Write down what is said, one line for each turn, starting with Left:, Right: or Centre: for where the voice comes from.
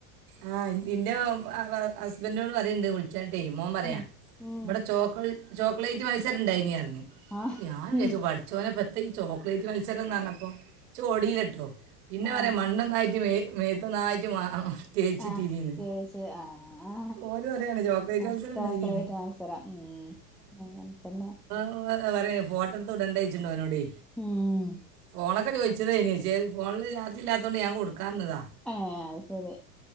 Right: ആ ഇന്റെ ഹസ്ബൻഡിനോട് പറയണ്ട് മോൻ പറയാ
Centre: ഉം ഉം
Right: ഇവടെ ചോക്ലേ ചോക്ലേറ്റ് മത്സരം ഇണ്ടായിന് പർഞ്ഞ്.
Centre: ആ
Right: ഞാൻ വിചാര്ച്ചു
Centre: ഉം
Right: പട്ച്ചോനെ പ്പത്ത ഈ ചോക്ലേറ്റ് മത്സരംന്ന് പർഞ്ഞപ്പം ഇച്ചോടിലട്ടോ പിന്നെ
Centre: ആ
Right: പറയാ മണ്ണന്നായിട്ട് മേത്ത് മേത്തൊന്നായിട്ട്. തേച്ചിട്ടിനീന്ന്
Centre: ആ തോച്ച് ആ ആ
Right: ഓന് പറയാണ് ചോക്ലേറ്റ്
Centre: ആ
Right: മത്സരം
Centre: ചോക്ലേറ്റ്
Right: ഉണ്ടായിനീന്ന്
Centre: മത്സരം ഉം. അങ്ങൻ തന്നെ
Right: <unintelligible> ഫോട്ടം ഇട്ത്ത് വിടണ്ടെഴിച്ചിണ്ട് ഓനോട്.
Centre: ഉം
Right: ഫോണൊക്കെ ചോദിച്ചത് എനി പക്ഷെ ഫോണില് ചാർജ് ഇല്ലാത്തൊണ്ട് ഞാൻ കൊടുക്കാതന്നതാ.
Centre: ഏഹ് അയ്‌ ശരി